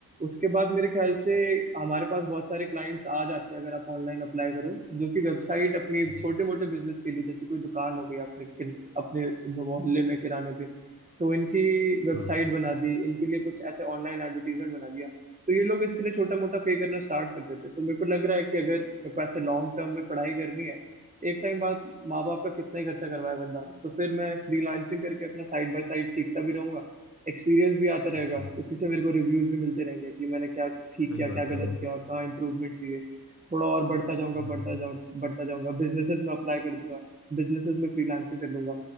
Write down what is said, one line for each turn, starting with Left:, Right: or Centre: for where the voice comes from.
Right: उसके बाद मेरे ख्याल
Left: अच्छा
Right: से हमारे पास बहुत सारे क्लाइंट्स आ जाते हैं अगर आप ऑनलाइन अप्लाई करो जो कि वेबसाइट अपनी
Left: हम्म,
Right: छोटे मोटे बिजनेस के लिए जैसे कोई दुकान हो गई आपने अपने मोहल्ले में किराने पे तो इनकी वेबसाइट
Left: हाँ हाँ
Right: बना दी इनके लिए कुछ ऐसे ऑनलाइन एडवर्टीजमेंट बना दिया तो ये लोग इसके लिए छोटा मोटा पे करना स्टार्ट कर देते तो मेरे को लग रहा है कि अगर मेरे को ऐसे लॉन्ग टर्म में पढ़ाई करनी है एक टाइम बाद माँ बाप का कितना ही खर्चा करवाए बंदा तो फिर मैं फ्रीलांसिंग करके अपना साइड बाय साइड सीखता भी रहूंगा एक्सपीरियंस भी आता रहेगा
Left: अच्छा
Right: उसी से मेरे को रिव्यूज भी मिलते रहेंगे कि मैंने क्या ठीक
Left: सही
Right: किया क्या
Left: बात
Right: गलत
Left: है
Right: किया कहाँ इंप्रूवमेंट चाहिए थोड़ा और बढ़ता जाऊंगा
Left: हम्म,
Right: बढ़ता जाऊं बढ़ता जाऊंगा बिजनेसेस में अप्लाई कर दूंगा बिजनेसेस में फ्रीलांसिंग कर लूंगा